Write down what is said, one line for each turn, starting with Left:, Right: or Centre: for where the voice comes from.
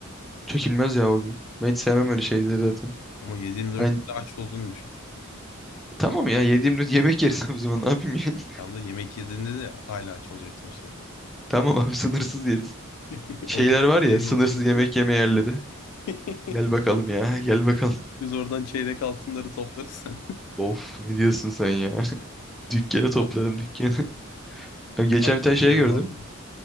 Centre: Çekilmez ya o gün. Ben hiç sevmem öyle şeyleri zaten.
Left: Ama 7/24
Centre: Ben,
Left: bir de aç olduğunu düşün.
Centre: tamam ya yediğim yemek yeriz <laughs> o zaman ne yapayım ya.
Left: Tam da yemek yediğinde de hala aç olacaksın işte.
Centre: <laughs> Tamam abi sınırsız yeriz.
Left: <laughs>
Centre: Şeyler
Left: O bir
Centre: var ya
Left: şey
Centre: sınırsız
Left: yolculuk
Centre: yemek
Left: değil mi?
Centre: yeme yerleri.
Left: <laughs>
Centre: Gel bakalım ya <laughs> gel bakalım.
Left: Biz oradan çeyrek altınları toplarız sen.
Centre: Of ne diyorsun sen ya. <laughs> Dükkanı toplarım
Left: <laughs>
Centre: dükkanı. <laughs> Ya Geçen
Left: Açlık
Centre: bir tane şey
Left: diyorum
Centre: gördüm.
Left: vallahi.